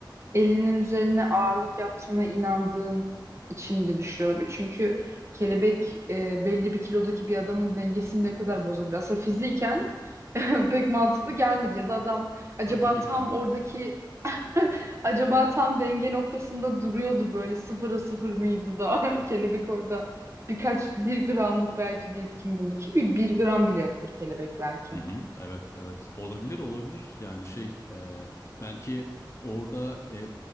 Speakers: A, on the right; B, on the left.
A: elinin üzerine ağırlık yaptığına inandığın için de düşürüyor olabilir. Çünkü kelebek e, belli bir kilodaki bir adamın dengesini ne kadar bozabilir. Aslında fiziken <laughs> pek mantıklı gelmedi ya da adam acaba
B: Tabii pek imkanı
A: tam
B: yok.
A: oradaki <laughs> Acaba tam denge noktasında duruyordu böyle sıfıra sıfır mıydı da <laughs> kelebek orada birkaç bir gramlık belki bir etkin buldu ki bir, bir gram bile yoktur kelebek belki.
B: Hı hı, evet evet olabilir olabilir yani şey e, belki orada e,